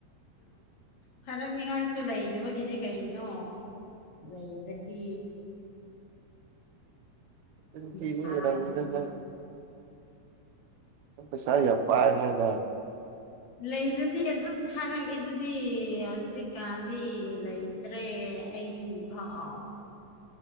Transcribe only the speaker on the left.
ꯐꯔꯛꯅꯤꯉꯥꯏꯁꯨ ꯂꯩꯅꯕꯒꯤꯅꯤ ꯀꯩꯅꯣ ꯅ ꯔꯦꯗꯤ
ꯊꯥꯏꯗꯨꯗꯤ
ꯂꯩꯔꯗꯤ ꯑꯗꯨꯝ ꯁꯥꯔꯛꯑꯦ ꯗꯤ ꯍꯧꯖꯤꯛꯀꯥꯟꯗꯤ ꯂꯩꯇ꯭ꯔꯦ ꯑꯩꯚꯥꯎ